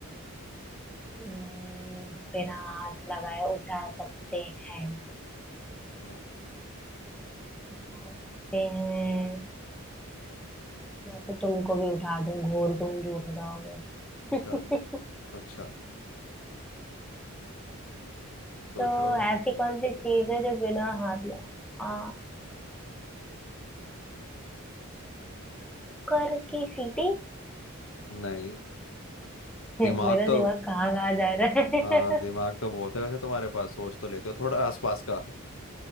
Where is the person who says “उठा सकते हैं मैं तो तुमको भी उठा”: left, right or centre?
Centre